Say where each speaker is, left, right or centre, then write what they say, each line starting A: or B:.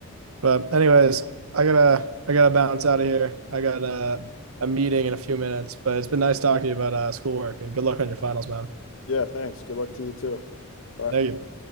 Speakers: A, on the right; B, on the left.
A: But anyways, I gotta I gotta bounce out of here. I got a a meeting in a few minutes, but it's been nice talking to you about uh, schoolwork and good luck on your finals, man.
B: Yeah, thanks. Good luck to you too. Bye.
A: Thank you.